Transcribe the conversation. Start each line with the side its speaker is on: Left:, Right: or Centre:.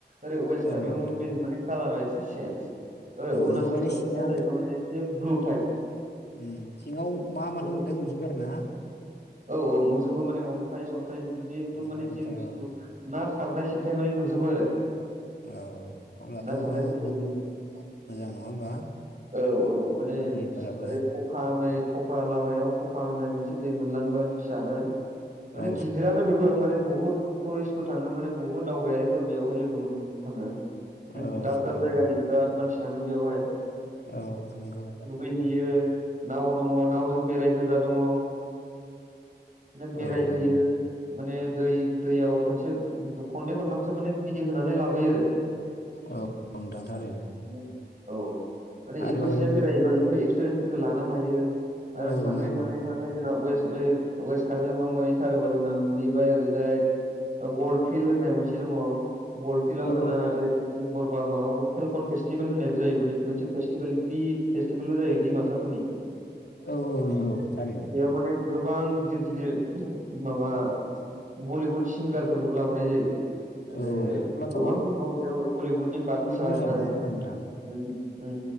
Right: ओरै वेस्ट
Left: औ
Right: कार्बियावल'
Left: औ
Right: ननि दै माने कालारा एसे चेनस औ अरुणाचल
Left: नोंगौ माने
Right: साइदनिया
Left: सिङाव
Right: जाहैबाय मान एसे ब्लु टाइप।
Left: उम सिङाव मा मा
Right: एसे
Left: दंजोबो नुजोबो आरोना।
Right: औ औ नुजोबो माने औ। अन्थाइ सन्थाइ जिहेथु
Left: ओमफ्राय
Right: माने
Left: ओमफ्राय
Right: जि बुस्थु
Left: औ
Right: ना सारनाय सिनथाय माने नुजोबो आरो।
Left: औ अब्लाथ'
Right: ना खारनायफोरखौबो
Left: जोबोद मोजां नङा होमबा
Right: <inaudible> औ औ माने
Left: दैफोराबो
Right: ओरै खखा होननाय खखा लामायाव खखा होननाय मोनसे दै मोनलांगोन। फिसानो माने
Left: औ
Right: गिदिरानो बेबो माने बुहुत टुरिस्टफोर थाङो माने बहुद दावबायारिफोर बेयावहाय लोगो मोननो थाङो। माने
Left: औ
Right: दाब
Left: नंगौ
Right: दाब जायगानि बिराद मानसि थाङो बेवहाय
Left: औ नंगौ।
Right: फैहैयो नाव दङ नावजों बेरायहोग्रा दङ। नो बेरायहैयो
Left: औ नंगौ
Right: माने दै दैयाव खनसे खननै खनथामसो। थार माने गिदिं होनानै लाबोयो आरो।
Left: औ
Right: <inaudible>
Left: नोंथां थारैनो
Right: औ माने
Left: आरो
Right: इफोरसेजों
Left: बे
Right: बेरायोबा बे एक्सपिरियेन्सफोरखौ लानो हायो
Left: औ
Right: आरो थाङै-थाङै-थाङै
Left: नंगौ नंगौ
Right: जोंना वेस्ट वेस्ट कार्बिंलाव मोनहैथारोबा जोंना मोनहैबाय ओरैजाय गल फिल्ड होननाय मोनसे दङ गल फिल्डआव
Left: औ
Right: जोंना ओरै दिम्बर बा माबा फेलकन फेस्टिभेल होननायबो जायो मोनसे फेस्टिभेल गिदिर जमा जायो दिमापुर फोरनि
Left: औ औ नंगौ थारैनो
Right: <inaudible> थार माने गोबां गिदिर-गिदिर माबा बलिउड सिंगारफोरखौबो लाबोनाय जायो। आरो
Left: औ अब्लाथ'
Right: गोबां फैदोंङ बेयाव बलिउडनि बादसा
Left: जोबोद मोजां
Right: होननाय।
Left: नङा होमबा नोंथां
Right: उम हम